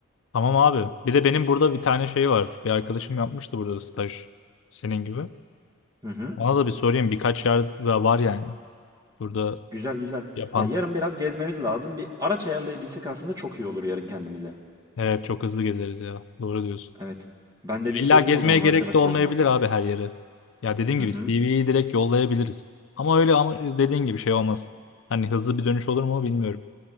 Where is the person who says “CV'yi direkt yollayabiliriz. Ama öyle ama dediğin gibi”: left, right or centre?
Left